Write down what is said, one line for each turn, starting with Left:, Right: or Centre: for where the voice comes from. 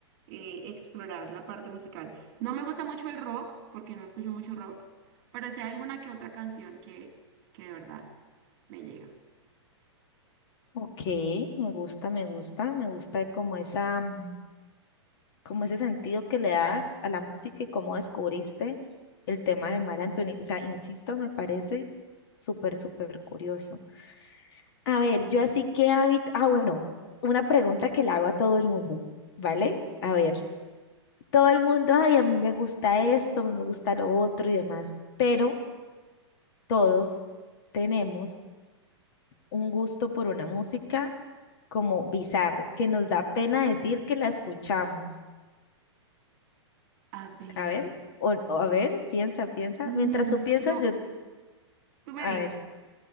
Right: eh, explorar la parte musical. No me gusta mucho el rock, porque no escucho mucho rock, pero si hay alguna que otra canción que, que de verdad me llega.
Left: Ok, me gusta, me gusta, me gusta como esa, mm, como ese sentido que le das a la música y cómo descubriste el tema de Mar Anthony. O sea, insisto, me parece súper, súper curioso. A ver, yo así que hábito, ah, bueno, una pregunta que le hago a todo el mundo, ¿vale?
Right: Pregunta.
Left: A ver.
Right: Dale.
Left: todo el mundo, ay, a mí me gusta esto, me gusta lo otro y demás, pero todos tenemos un gusto por una música como bizarro, que nos da pena decir que la escuchamos.
Right: A ver,
Left: A ver, o, o a ver, piensa, piensa.
Right: no,
Left: Mientras tú
Right: s-
Left: piensas,
Right: no,
Left: yo,
Right: tú me
Left: a
Right: dices.
Left: ver,